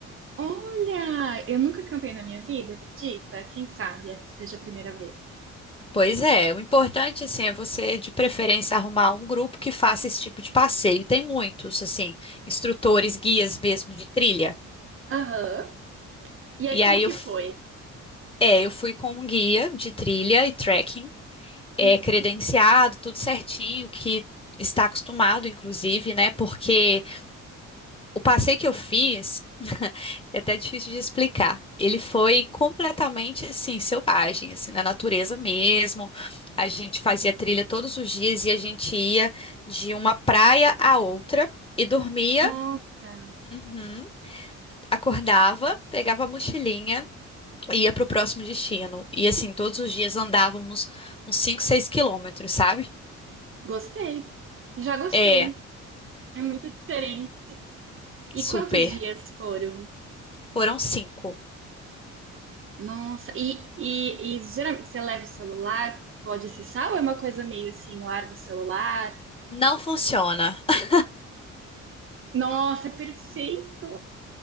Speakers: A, on the right; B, on the left.
A: Olha, eu nunca cantei na minha vida, acredita? Quem sabe essa seja a primeira vez.
B: Pois é, o importante assim é você de preferência arrumar um grupo que faça esse tipo de passeio. Tem muitos assim, instrutores, guias mesmo de trilha.
A: Aham. E aí,
B: E aí
A: como que
B: eu, f-
A: foi?
B: é, eu fui com um guia de trilha e trekking, é
A: Uhum.
B: credenciado, tudo certinho, que está acostumado inclusive, né? Porque O passeio que eu fiz <laughs> é até difícil de explicar. Ele foi completamente assim, selvagem, assim, na natureza mesmo. A gente fazia trilha todos os dias e a gente ia de uma praia à outra e dormia,
A: Nossa,
B: uhum, acordava, pegava a mochilinha e ia para o próximo destino. E assim, todos os dias andávamos uns 5, 6 quilômetros, sabe?
A: gostei. Já gostei.
B: É,
A: É muito diferente. E
B: super.
A: quantos dias foram?
B: Foram cinco.
A: Nossa, e, e, e geralmente você leva o celular, pode acessar, ou é uma coisa meio assim, larga o celular?
B: Não funciona. <laughs>
A: Nossa, é perfeito!